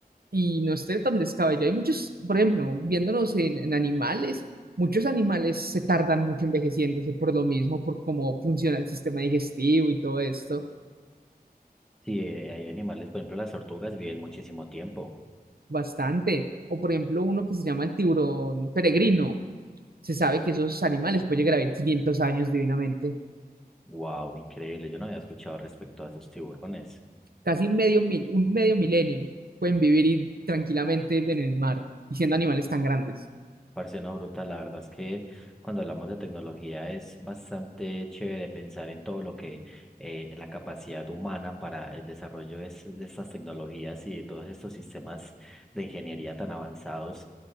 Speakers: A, on the right; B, in the centre.
A: y no esté tan descabellado. Hay muchos, por ejemplo, viéndonos en, en animales, muchos animales se tardan mucho envejeciéndose por lo mismo, por cómo funciona el sistema digestivo y todo esto,
B: Sí, eh, hay animales, por ejemplo, las tortugas viven muchísimo tiempo.
A: bastante. O por ejemplo, uno que se llama el tiburón peregrino. Se sabe que esos animales pueden llegar a vivir 500 años divinamente,
B: Wow, increíble. Yo no había escuchado respecto a esos tiburones.
A: casi medio mil, un medio milenio. Pueden vivir y- tranquilamente en el mar y siendo animales tan grandes.
B: Parce, no, brutal, la verdad es que cuando hablamos de tecnología es bastante chévere pensar en todo lo que eh, la capacidad humana para el desarrollo de, es- de estas tecnologías y de todos estos sistemas de ingeniería tan avanzados